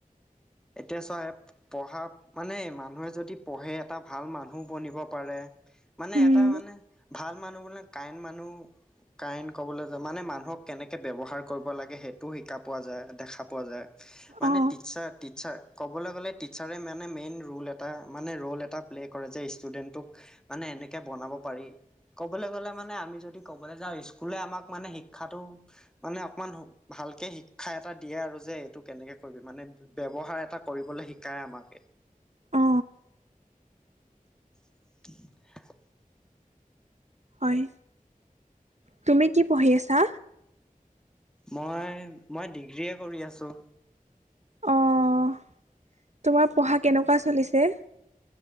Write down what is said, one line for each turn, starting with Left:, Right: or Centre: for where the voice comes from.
Centre: এতিয়া চোৱা এপ পঢ়া মানে মানুহে যদি পঢ়ে এটা ভাল মানুহ বনিব পাৰে মানে
Right: উম
Centre: এটা মানে ভাল মানুহ বোলে কাইন মানুহ কাইন ক'বলে যে মানে মানুহক কেনেকে ব্যৱহাৰ কৰিব লাগে সেইটোও শিকা পোৱা যায় দেখা পোৱা যায় মানে
Right: অ
Centre: টিচাৰ টিচাৰ ক'বলে গ'লে টিচাৰে মানে মেইন ৰোল এটা মানে ৰোল এটা প্লে' কৰে যে ষ্টুডেণ্টক মানে এনেকে বনাব পাৰি ক'বলে গ'লে মানে আমি যদি ক'বলে যাওঁ স্কুলে আমাক মানে শিক্ষাটো মানে অকমান ভালকে শিক্ষা এটা দিয়ে আৰু যে এইটো কেনেকে কৰিবি মানে ব্যৱহাৰ এটা কৰিবলৈ শিকায় আমাক
Right: অ
Centre: <unintelligible>
Right: হয় তুমি কি পঢ়ি আছা
Centre: মই মই ডিগ্ৰীয়ে কৰি আছো
Right: অহ তোমাৰ পঢ়া কেনেকুৱা চলিছে